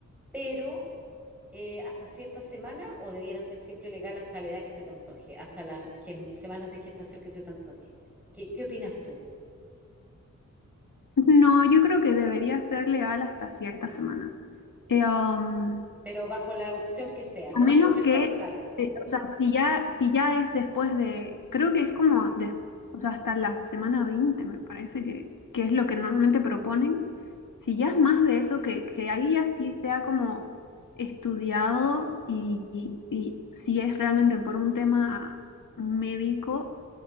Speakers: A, in the centre; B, on the left (about 90°).
A: pero eh, hasta cierta semana o debiera ser siempre legal hasta la edad que se te antoje, hasta las ge- semanas de gestación que se te antoje? ¿Qué, qué opinas tú?
B: No, yo creo que debería ser legal hasta cierta semana. Eh, um,
A: pero bajo la opción que sea, no
B: a menos
A: bajo tres
B: que,
A: causales.
B: eh, o sea, si ya, si ya es después de, creo que es como des- o sea, hasta la semana 20 me parece que, que es lo que normalmente proponen. Si ya es más de eso, que, que ahí ya sí sea como estudiado y, y- y si es realmente por un tema médico